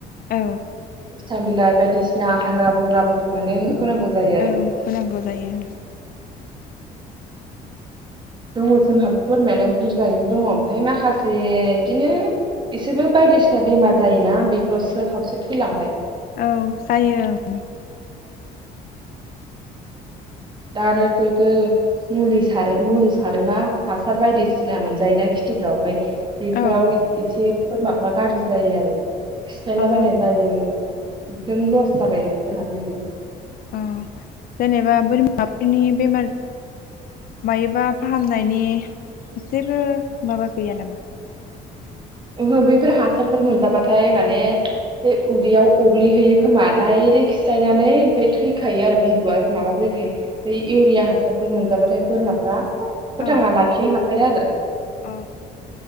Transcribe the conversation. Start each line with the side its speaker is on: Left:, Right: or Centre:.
Left: औ
Right: फिथा बिलाइ बायदिसिना हाग्रा बंग्रा बुथुमनानै होनांगौ जायो आरो
Left: औ होनांगौ जायो
Right: दङ' जोंहाबो बोरमायालाय बुरजायैनो दङ' ओमफाय माखासे इदिनो इसेबो बायदिसिना बेमार जायोना बेफोरसो खावसे थैलांबाय
Left: औ जायो औ
Right: दा आरो बयबो मुलि सारो मुलि सारोना हासार बायदिसिना मोनजायोना खिथिफ्राव ओमफाय बेफोराव
Left: औ
Right: इदि एसे बोरमाफ्रा गाज्रि जायो आरो खिसायला
Left: अ
Right: बायनाय जायो बिखोनो लस जाबाय जाहा दे देग्लाय
Left: ओ जेनेबा बोरमाफोरनि बेमार मायोबा फाहामनायनि जेबो माबा गैया नामा?
Right: ओहो बैफोर हासारफोर मोनजाबाथाय माने बे उदैयाव अग्लिहैयो खोमा दडायरेक्ट खिसायनानै ओमफ्राय थैखायो आरो बिबुआ माबा फैखायो बे इउरिया हासारफोर मोनजाबाथाय बोरमाफ्रा फोथांना
Left: औ
Right: लाखिनो हाखाया आरो
Left: अ